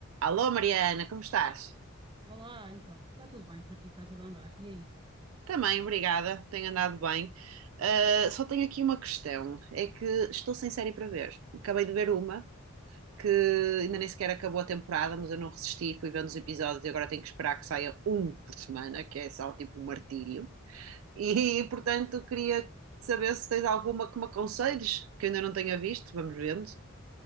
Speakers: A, on the right; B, on the right.
A: Alô, Mariana, como estás?
B: Olá, então. Está tudo bem por aqui, está tudo a andar. E aí?
A: Também, obrigada, tenho andado bem. Ah, só tenho aqui uma questão: é que estou sem série para ver. Acabei de ver uma que ainda nem sequer acabou a temporada, mas eu não resisti, fui vendo os episódios e agora tenho que esperar que saia um por semana, que é só tipo um martírio. E portanto, queria saber se tens alguma que me aconselhes, que eu ainda não tenha visto, vamos vendo.